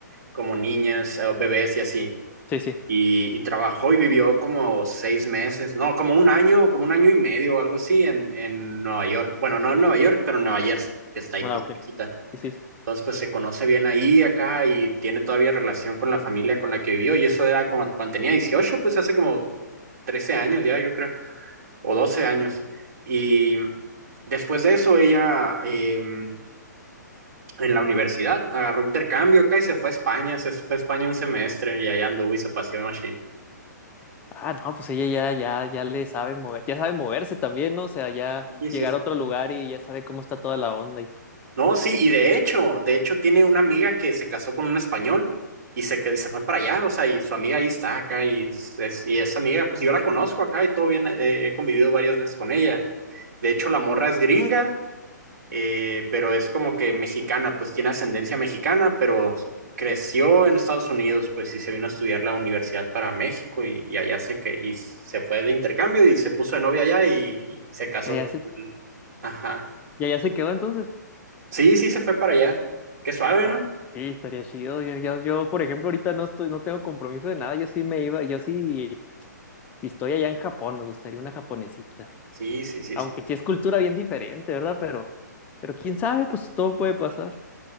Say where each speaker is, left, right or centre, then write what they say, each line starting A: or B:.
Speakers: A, on the right; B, on the left.
A: como niñas, eh, bebés y así.
B: sí, sí,
A: Y, y trabajó y vivió como seis meses, no, como un año, como un año y medio o algo así en, en Nueva York. Bueno, no en Nueva York, pero en Nueva Jersey, que está ahí
B: ah,
A: pues
B: ok,
A: cerquita.
B: sí, sí, sí.
A: Entonces pues se conoce bien ahí, acá, y tiene todavía relación con la familia con la que vivió. Y eso era como cuando tenía dieciocho pues hace como 13 años ya, yo creo, o 12 años. Y Después de eso, ella eh, en la universidad agarró intercambio acá y se fue a España, se fue a España un semestre y allá anduvo y se paseó en Machine.
B: Ah, no, pues ella ya, ya, ya le sabe mover, ya sabe moverse también, ¿no? O sea, ya
A: Sí,
B: llegar
A: sí, sí,
B: a otro
A: sí.
B: lugar y ya sabe cómo está toda la onda y...
A: No, sí, y de hecho, de hecho tiene una amiga que se casó con un español y se, que- se fue para allá, o sea, y su amiga ahí está acá y, es- es- y esa amiga, pues yo la conozco acá y todo bien, eh, he convivido varias veces con ella. De hecho, la morra es gringa eh, pero es como que mexicana, pues tiene ascendencia mexicana, pero creció en Estados Unidos, pues sí se vino a estudiar la universidad para México y, y allá se que y se fue de intercambio y se puso de novia allá y, y se casó.
B: Ya, ya se,
A: Ajá.
B: Y allá se quedó entonces.
A: Sí, sí, se fue para allá. Qué suave,
B: Ah,
A: ¿no?
B: sí, estaría chido. Yo, yo, yo, por ejemplo, ahorita no estoy, no tengo compromiso de nada. Yo sí me iba, yo sí, si estoy allá en Japón, me gustaría una japonesita.
A: Sí, sí, sí,
B: Aunque
A: sí.
B: sí es cultura bien diferente, ¿verdad? Pero, pero quién sabe, pues todo puede pasar.